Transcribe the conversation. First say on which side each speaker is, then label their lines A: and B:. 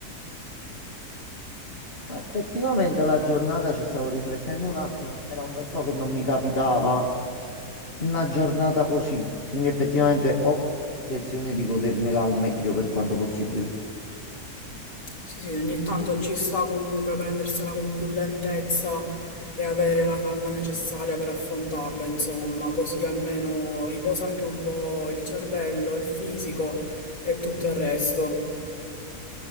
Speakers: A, on the left; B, on the left.
A: Ma Effettivamente la giornata ci stavo riflettendo un attimo, era un bel po' che non mi capitava una giornata così, quindi effettivamente ho l'intenzione di godermela al meglio per quanto possibile.
B: Sì, sì, ogni tanto ci sta comunque prendersela con più lentezza e avere la calma necessaria per affrontarla, insomma, così almeno riposa anche un po' il cervello, il fisico e tutto il resto.